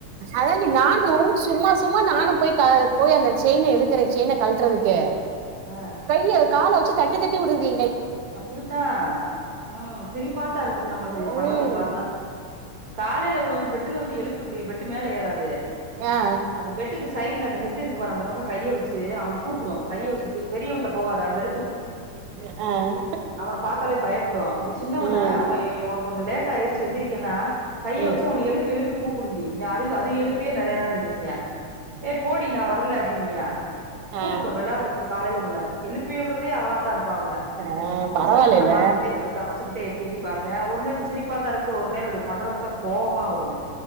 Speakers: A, on the right (about 80°); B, on the right (about 60°).
A: அதான்டி நானு சும்மா சும்மா நானு போய் போய் அந்த செய்னா இழுக்கிற செய்ன கழுட்டுறதுக்கு
B: ஆ
A: கையில் கால வச்சு தட் தட்டி தட்டி விடுதே
B: அப்படித்தா ம் சிரிப்பாதா இருக்குது நம்மளுக்கு இதுக
A: ம்
B: பண்றத பாத்தா காலயில கூட வந்து பெட்டுல வந்து எழுப்புதுடி பெட்டு மேல ஏறாது
A: ஆ
B: அந்த பெட்டுக்கு சைட்ல அந்த ஹெட் இருக்கு அந்த பக்க கைய வச்சு அவன கூப்பிடு கைய வச்சு பெரியவன்ட போகாது வெளு
A: அ
B: அவன பாத்தாலே பயப்படு இந்த சின்னவனை
A: ம்
B: அவ கொஞ்ச லேட் ஆயிடுச்சு எந்திரிக்கனா கைய
A: ம்
B: வச்சு அவன எழுப்பி எழுப்பி கூப்புடுடி அது அது எழுப்பியே நெறய நாள் எந்துருச் சியா ஏ போடி நா வரல அப்படி இம்யா கூப்புடு
A: ஆ
B: விழாடுறதுக்கு காலயில இவன எழுப்பி விட்றதே அவளாத்தா இருப்ப அவன
A: ஆ
B: கிச்சன்ல
A: பரவாயில்லைல
B: இருந்து நா பாத்துக்கிட்டே இருப்பே சமைச்சுட்டே எட்டி எட்டி பாப்ப ஒரு நேரம் சிரிப்பா தா இரு வந்து ஒரு நேர அது பண்றது பாத்தா கோவமா வருது